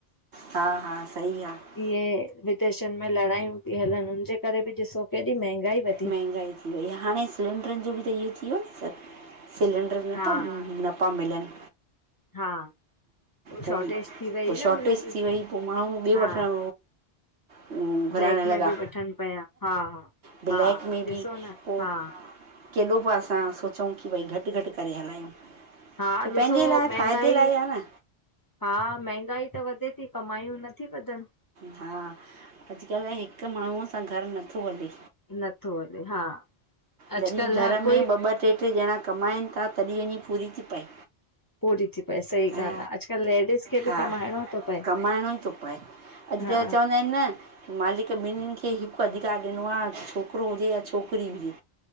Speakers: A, on the right; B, on the left.
A: हा हा सही आहे
B: <unintelligible> इहे विदेशन में लड़ायूं थी हलनि हुनजे करे बि ॾिसो केॾी महगाई वी
A: महांगाई थी वई आहे हाणे सिलेंडरनि जो बि त इहो थी वियो आ न सिलेंडर नथाथो
B: हा
A: न न पा मिलनि
B: हा
A: पो
B: शॉर्टेज थी वई
A: पो
B: न
A: शॉर्टेज
B: हुनजी
A: थी वई पो माण्हू ॿिए
B: हा
A: वठण। हं घुराइण
B: ब्लैक
A: लॻा
B: में बि वठनि पिया हा हा
A: ब्लैक
B: हा
A: में बि
B: ॾिसो न
A: उह
B: हा
A: आ। केॾो बि असां सोचौं की भई घट घट करे हलायूं।
B: हा
A: त पंहिंजे
B: ॾिसो
A: लाइ
B: महंगाई।
A: फ़ाइदे लाइ आहे
B: हा महंगाई त वधे थी कमायूं नथी वधन।
A: हा अॼुकल्ह हिक माण्हूअ सां घर नथो हले।
B: नथो हले हा। अॼुकल्ह
A: जॾहिं घर
B: हर
A: में
B: कोई
A: ॿ ॿ ट्रे ट्रे घणा कमाइन ता तॾहिं वञी पूरी थी पए।
B: पूरी थी पए सही
A: हा
B: ॻाल्हि आहे अॼुकल्ह लेडीस खे
A: हा
B: बि कमाइणो थो पए
A: कमाइणो ई थो पए। अॼुकल्ह
B: हा
A: चवंदा आहिन न। मालिक ॿिन्हिनि खे हिकु अधिकार ॾिनो आ छोकरो हुजे या छोकिरी हुजे।